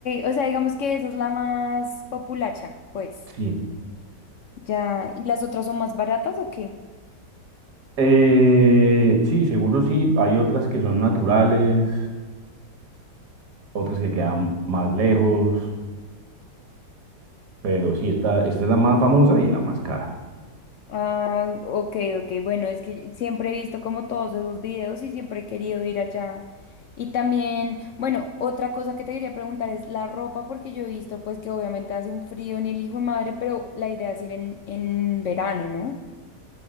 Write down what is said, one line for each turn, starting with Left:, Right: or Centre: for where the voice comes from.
Left: o sea, digamos que esa es la más populacha, pues.
Right: Sí.
Left: Ya, ¿y las otras son más baratas o qué?
Right: Eh, sí, seguro sí. Hay otras que son naturales, otras que quedan más lejos, pero sí, esta, esta es la más famosa y la más cara.
Left: Ah, ok, ok. Bueno, es que siempre he visto como todos esos videos y siempre he querido ir allá. Y también, bueno, otra cosa que te quería preguntar es la ropa, porque yo he visto pues que obviamente hace un frío en el hijo de madre, pero la idea es ir en, en verano, ¿no?